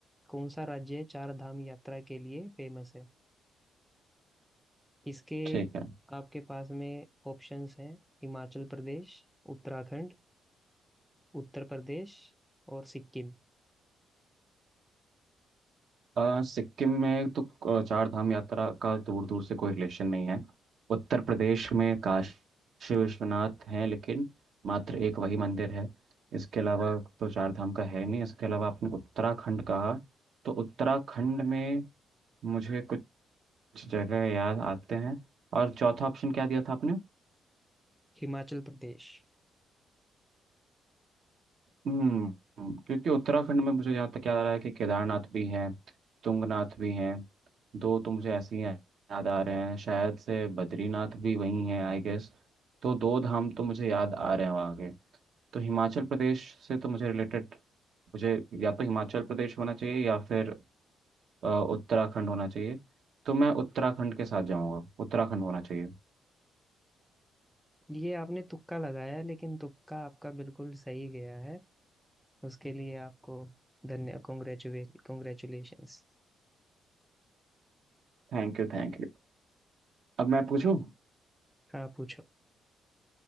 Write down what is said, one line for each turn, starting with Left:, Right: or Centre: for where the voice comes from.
Centre: कौन सा राज्य है चार धाम यात्रा के लिए फेमस है इसके
Right: ठीक है
Centre: आपके पास में ऑप्शंस हैं हिमाचल प्रदेश उत्तराखंड उत्तर प्रदेश और सिक्किम
Right: अ, सिक्किम में तो अ, चार धाम यात्रा का दूर दूर से कोई रिलेशन नहीं है उत्तर प्रदेश में काशी विश्वनाथ हैं लेकिन मात्र एक वही मंदिर है इसके अलावा तो चार धाम का है नहीं इसके अलावा आपने उत्तराखंड कहा तो उत्तराखंड में मुझे कुछ जगह याद आते हैं और चौथा ऑप्शन क्या दिया था आपने
Centre: हिमाचल प्रदेश
Right: हम्म क्योंकि उत्तराखंड में मुझे जहाँ तक याद आ रहा है कि केदारनाथ भी हैं तुंगनाथ भी हैं दो तो मुझे ऐसे ही याद आ रहे हैं शायद से बद्रीनाथ भी वहीं हैं आई गेस तो दो धाम तो मुझे याद आ रहे हैं वहाँ के तो हिमाचल प्रदेश से तो मुझे रिलेटेड मुझे या तो हिमाचल प्रदेश होना चाहिए या फिर अ, उत्तराखंड होना चाहिए तो मैं उत्तराखंड के साथ जाऊँगा उत्तराखंड होना चाहिए
Centre: ये आपने तुक्का लगाया लेकिन तुक्का आपका बिल्कुल सही गया है उसके लिए आपको धन्य कॉन्ग्रेचुलेट कॉन्ग्रेचुलेशंस
Right: Thank you thank you अब मैं पूछूं
Centre: हाँ पूछो